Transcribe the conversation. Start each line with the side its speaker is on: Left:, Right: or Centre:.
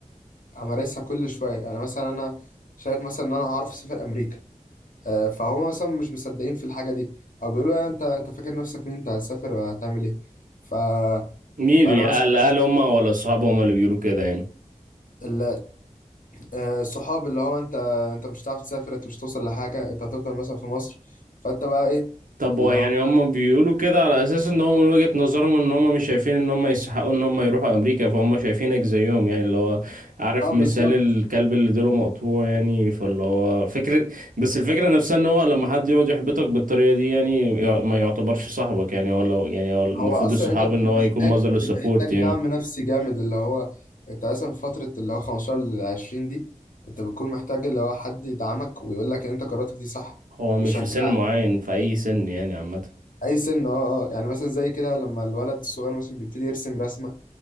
Left: آه، امارسها كل شوية يعني مثلا انا شايف مثلا ان انا هعرف اسافر امريكا آه، فهم مثلا مش مصدقين في الحاجه دي او بيقولوا يعني انت انت فاكر نفسك مين انت هتسافر وهتعمل ايه ف
Right: مين
Left: فانا
Right: اللي- هل
Left: مثلا
Right: هل هم ولا اصحابهم اللي بيقولوا كده يعني؟
Left: ال- آه، الصحاب اللي هو انت انت مش هتعرف تسافر انت مش هتوصل لحاجه انت هتفضل مثلا في مصر فانت بقى ايه
Right: طب
Left: اللي
Right: هو يعني
Left: هو
Right: هم بيقولوا كده على اساس ان هو من وجهة نظرهم ان هم مش شايفين ان هم يستحقوا ان هم يروحوا امريكا فهم شايفينك زيهم يعني اللي هو عارف
Left: اه
Right: مثال
Left: بالظبط
Right: الكلب اللي ديله مقطوع يعني فاللي هو فكرة بس الفكرة نفسها ان هو لما حد يقعد يحبطك بالطريقة دي يعني يع- ما يعتبرش صاحبك يعني هو لو يعني هو المفروض
Left: هو اصلا
Right: الصحاب
Left: انت بتحتاج
Right: ان هو يكون مصدر للسبورت
Left: بتحتاج
Right: يعني
Left: دعم نفسي جامد اللي هو انت مثلا في فتره اللي هو 15 ل 20 دي انت بتكون محتاج اللي هو حد يدعمك ويقول لك ان انت قراراتك دي صح
Right: هو مش
Left: ويشجعك
Right: في سن معين في اي سن يعني عامة
Left: اي سن اه اه يعني مثلا زي كده لما الولد الصغير مثلا بيبتدي يرسم رسمه